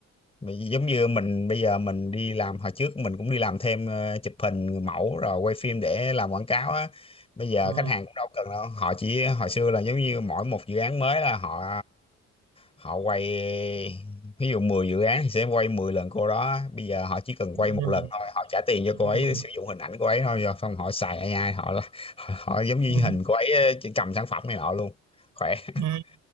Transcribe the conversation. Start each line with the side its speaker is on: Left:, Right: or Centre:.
Left: Vì giống như mình bây giờ mình đi làm hồi trước mình cũng đi làm thêm ờ, chụp hình người mẫu rồi quay phim để làm quảng cáo á bây giờ
Right: ừ,
Left: khách hàng cũng đâu cần đâu họ chỉ hồi xưa là giống như mỗi một dự án mới là họ họ quay ví dụ 10 dự án thì sẽ quay 10 lần cô đó bây giờ họ chỉ cần quay
Right: ừ,
Left: một lần thôi họ trả tiền cho
Right: ừ,
Left: cô ấy sử dụng hình ảnh cô ấy thôi rồi xong họ xài AI họ họ, họ giống như
Right: ừ.
Left: hình cô ấy ờ, chỉ cầm sản phẩm này nọ luôn khỏe <laughs>
Right: Ừ.